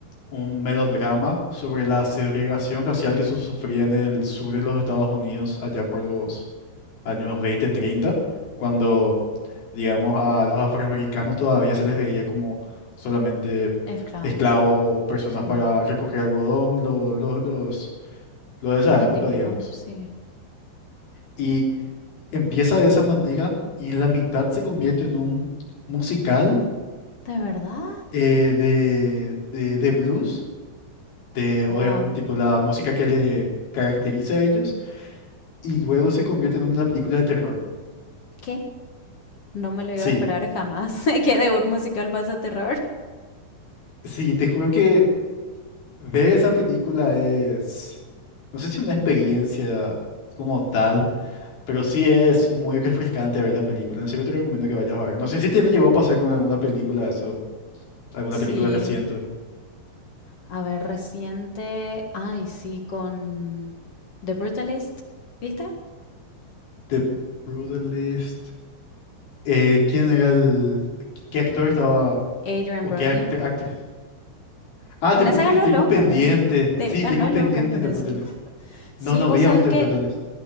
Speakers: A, on the left; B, on the left.
A: un melodrama sobre la segregación racial que se sufría en el sur de los Estados Unidos allá por los años 20, 30, cuando, digamos, a los afroamericanos todavía se les veía como solamente
B: Esclavos.
A: esclavos o personas
B: Sí.
A: para recoger algodón, lo- lo- los, lo de esa
B: Lo
A: época,
B: típico,
A: digamos.
B: sí.
A: y Empieza de esa manera y en la mitad se convierte en un musical
B: ¿De verdad?
A: eh, de, de, de blues, de obviamente,
B: Wow.
A: tipo la música que le caracteriza a ellos, y luego se convierte en una película de terror.
B: ¿Qué? No me lo iba
A: Sí,
B: a esperar jamás. <laughs> que de un musical pasa terror?
A: sí, te juro que ver esa película es, no sé si una experiencia como tal, pero sí es muy refrescante ver la película. En serio te recomiendo que vayas a ver. No sé si te llegó a pasar con alguna película eso, alguna
B: Sí.
A: película reciente.
B: A ver, reciente. Ay, sí, con The Brutalist. ¿Viste?
A: The Brutalist. Eh, ¿quién era el... ¿Qué actor estaba...
B: Adrian
A: o
B: Brody.
A: qué act- actriz? Ah,
B: Con
A: Te Brutales,
B: esa ganó
A: tengo
B: el Oscar.
A: pendiente.
B: eh. Te-
A: Sí,
B: ganó
A: tengo
B: el
A: pendiente
B: Oscar con
A: Te
B: eso.
A: Brutales. No,
B: Sí,
A: no
B: vos
A: vi
B: sabés
A: aún Te
B: que.
A: Brutales.